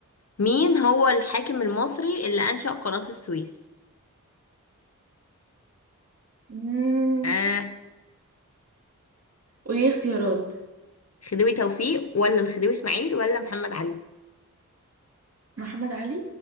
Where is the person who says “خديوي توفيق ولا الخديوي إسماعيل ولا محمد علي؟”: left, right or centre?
Left